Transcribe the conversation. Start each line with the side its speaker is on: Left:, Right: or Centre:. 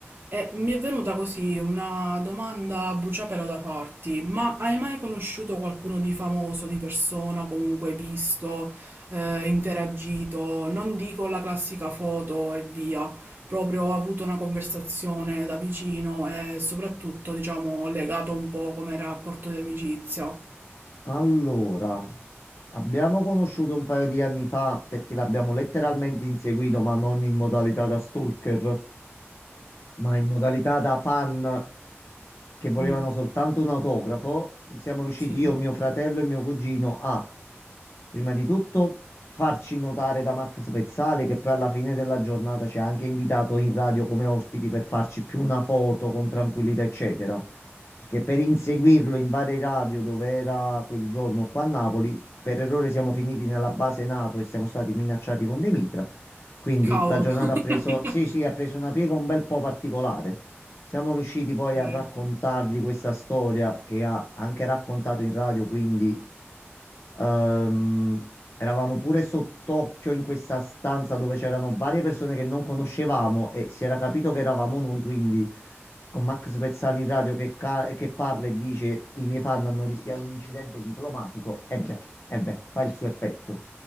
Right: e mi è venuta così una domanda a bruciapelo da farti, ma hai mai conosciuto qualcuno di famoso, di persona, comunque visto, eh, interagito? Non dico la classica foto e via proprio ho avuto una conversazione da vicino e soprattutto, diciamo, legato un po' come rapporto di amicizia.
Left: Allora, abbiamo conosciuto un paio di anni fa perché l'abbiamo letteralmente inseguito, ma non in modalità da stalker, ma in modalità da fan. che volevano
Right: Mm,
Left: soltanto un autografo, siamo riusciti
Right: sì,
Left: io, mio fratello e mio cugino a, prima di tutto, farci notare da Max Pezzale, che poi alla fine della giornata ci ha anche invitato in radio come ospiti per farci più una foto con tranquillità, eccetera. Perché per inseguirlo in varie radio dove era quel giorno qua a Napoli, per errore siamo finiti nella base NATO e siamo stati minacciati con dei mitra. Quindi
Right: cavolo.
Left: la giornata
Right: <laughs>
Left: ha preso, sì, sì, ha preso una piega un bel po' particolare. Siamo riusciti poi
Right: Ok,
Left: a raccontargli questa storia che ha anche raccontato in radio, quindi ehm, eravamo pure sott'occhio in questa stanza dove c'erano varie persone che non conoscevamo e si era capito che eravamo noi, quindi con Max Pezzali in radio che, ca- che parla e dice i miei fan hanno rischiato un incidente diplomatico, e beh, e beh, fa il suo effetto.